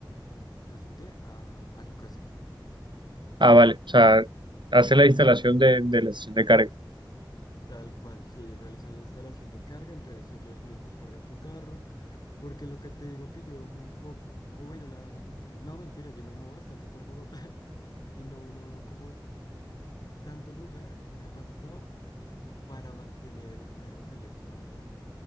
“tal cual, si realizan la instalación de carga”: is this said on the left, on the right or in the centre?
Left